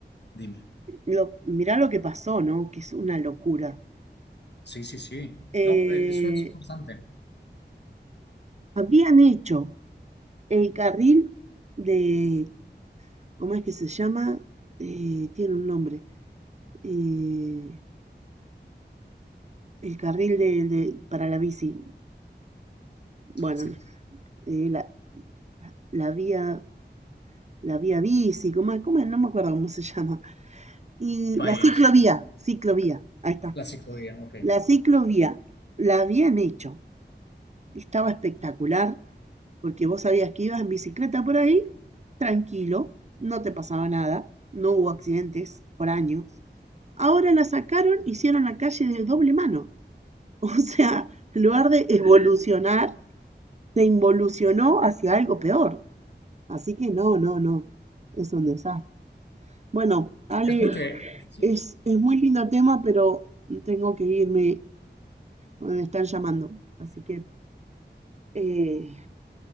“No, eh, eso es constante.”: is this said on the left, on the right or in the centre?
Left